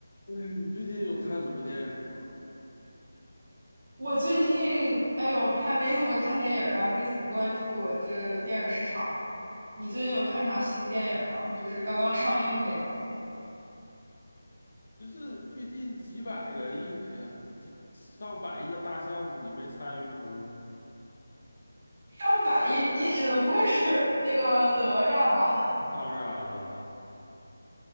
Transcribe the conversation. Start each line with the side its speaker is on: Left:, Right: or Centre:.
Left: 嗯，你最近有看什么电影吗？
Right: 我最近，哎呦，还没怎么看电影儿啊，没怎么关注这电影市场。你最近有看啥新电影吗？就是刚刚上映那种，
Left: 就是最近几百个亿，哎呀，几上百亿的大项目，你没参与吗？
Right: 上百亿。你指的不会是 <laughs> 那个哪吒吧？
Left: 那当然了，哈，